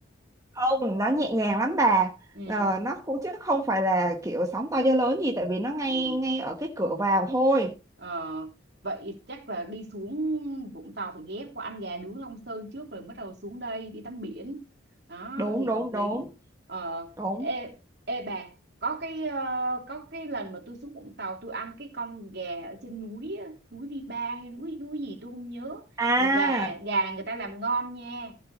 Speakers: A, on the right; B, on the right.
A: không nó nhẹ nhàng lắm bà
B: <laughs> ừ
A: ờ, nó cũng chứ không phải là kiểu sóng to gió lớn gì tại vì nó ngay
B: ừ
A: ngay ở cái cửa vào thôi
B: Ờ, vậy chắc là đi xuống Vũng Tàu phải ghé qua ăn gà nướng Long Sơn trước rồi bắt đầu xuống đây đi tắm biển đó
A: đúng
B: thì
A: đúng
B: hợp lý
A: đúng
B: ờ,
A: đúng
B: ê, ê bà có cái ờ, có cái lần mà tôi xuống Vũng Tàu tôi ăn cái con gà ở trên núi á, núi Vi Ba hay núi núi gì tôi không nhớ
A: à
B: mà gà gà người ta làm ngon nha